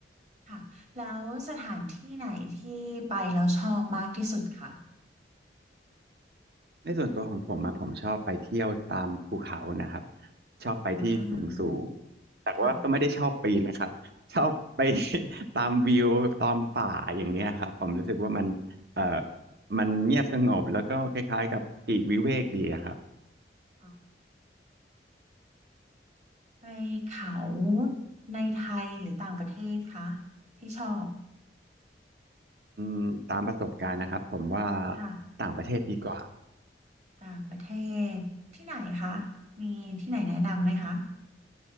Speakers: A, on the right; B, on the right.
A: ค่ะ แล้วสถานที่ไหนที่ไปแล้วชอบมากที่สุดคะ
B: ในส่วนตัวของผมอะผมชอบไปเที่ยวตามภูเขานะครับชอบไปที่สูงสูง
A: อ่า
B: แต่ว่าก็ไม่ได้ชอบปีนนะครับ
A: ค่ะ
B: <laughs> ชอบไป <laughs> ตามวิวตามป่าอย่างเนี้ยครับผมรู้สึกว่ามันเอ่อมันเงียบสงบแล้วก็คล้ายๆกับปลีกวิเวกดีอะครับ
A: ออไปเขาในไทยหรือต่างประเทศคะที่ชอบ
B: อืมตามประสบการณ์นะครับผมว่า
A: ค่ะ
B: ต่างประเทศดีกว่า
A: ต่างประเทศที่ไหนคะ มีที่ไหนแนะนำไหมคะ